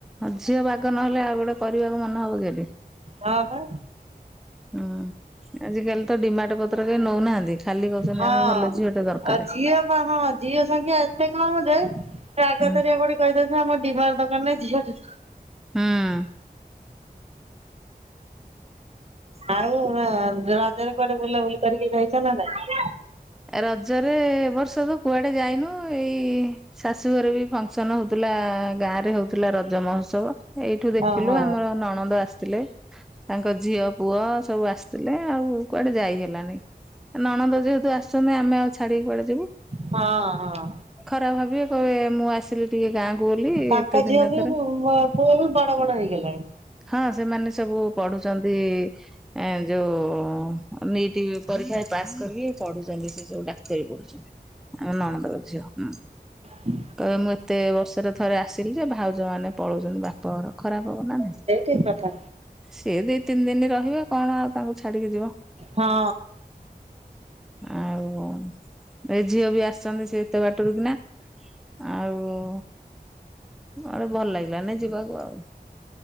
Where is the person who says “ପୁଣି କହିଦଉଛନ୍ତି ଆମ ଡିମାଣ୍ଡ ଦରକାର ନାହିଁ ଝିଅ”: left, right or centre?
Right